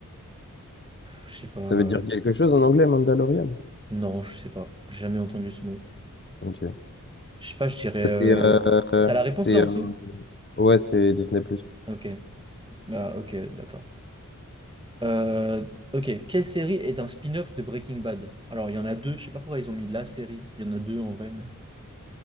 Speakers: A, on the right; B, on the left.
A: je sais pas. euh,
B: Ça veut dire quelque chose en anglais, Mandalorian?
A: Non, je sais pas. J'ai jamais entendu ce mot.
B: Ok.
A: Je sais pas, je dirais.
B: Bah,
A: euh,
B: C'est euh,
A: T'as la réponse
B: c'est
A: là en
B: euh,
A: dessous?
B: ouais, c'est Disney+.
A: Ok. bah ok, d'accord. Euh, ok. Quelle série est un spin-off de Breaking Bad? Alors, il y en a deux. Je sais pas pourquoi ils ont mis la série. Il y en a deux en vrai, mais.